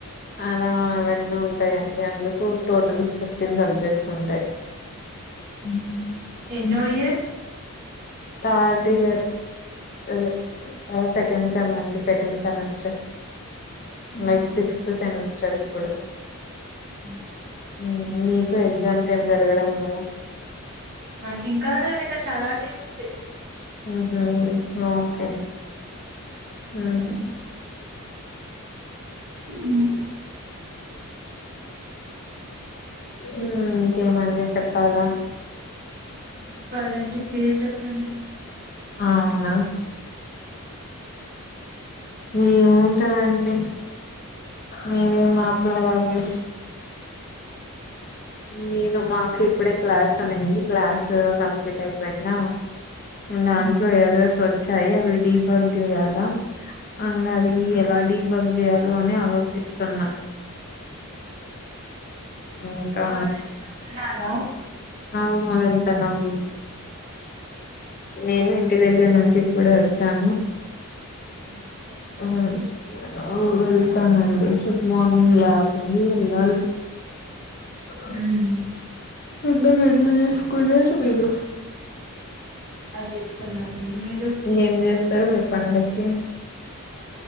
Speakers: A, on the left; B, on the right.
A: అలా ఇవన్ ఉంటయండి అందుకు టోటల్ ఫిఫ్టీన్ సబ్జెక్ట్స్ ఉంటయ్. ఉమ్ <unintelligible>
B: ఎన్నో ఇయర్
A: థర్డ్ ఇయర్, సరే ఆ సెకండ్ సెమ్ అండి, second semester. Like sixth semester ఇప్పుడు,
B: ఉమ్.
A: ఉమ్ మీకు ఎగ్జామ్స్? ఏం జరగడం లేదా?
B: మాకు ఇంకా లేదు ఇంకా చాలా టైం ఉంది
A: ఆహా ఓ ఫే ఉమ్
B: ఉమ్
A: ఉమ్ ఇంకేమండి చెప్పాల
B: చెప్పాలండి మీరే చెప్పండి.
A: అవునా ఏం ఉంటవండి మీరే మాట్లాడాలి. నేను మాకు ఇప్పుడే క్లాస్ ఉన్నింది క్లాస్ కంప్లీట్ అయిపోయిందా, దాంట్లో ఎర్రర్స్ వచ్చాయి అవి డీ బగ్ చేయాలా, అంగది ఎలా డీ బగ్ చేయలో అని ఆలోచిస్తున్నా. ఇంకా
B: కాలేజ్కి వెళ్తున్నారా
A: ఆహా వెళ్తున్నాం, నేను ఇంటి దగ్గర నుంచి ఇప్పుడే వచ్చాను.
B: ఉమ్
A: అహ ఓ వెళ్తానండి జుడ్ మార్నింగ్ లేకుండా వెళ్ళాలి ఆ
B: ఉమ్,
A: రగాలు స్కూల్ పేలు
B: బాగా చేసుకున్నామండి మీరు
A: ఏం చేస్తారు మీరు పండకి